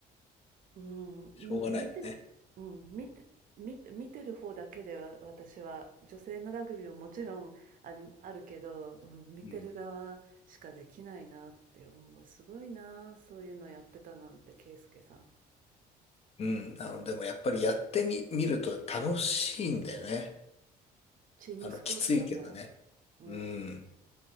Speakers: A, on the right; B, on the left.
A: うん、
B: しょうがないね。
A: み見てるうん、見て見て見てる方だけでは私は女性のラグビーももちろんあり、あるけど、うん、見てる側しかできないなって思う。
B: うん、
A: すごいな、そういうのやってたなんて、圭介さん。
B: うんあの、でもやっぱりやってみ、見ると楽しいんだよね。
A: チームスポーツだから。
B: あの、きついけどね。
A: うん。
B: うん。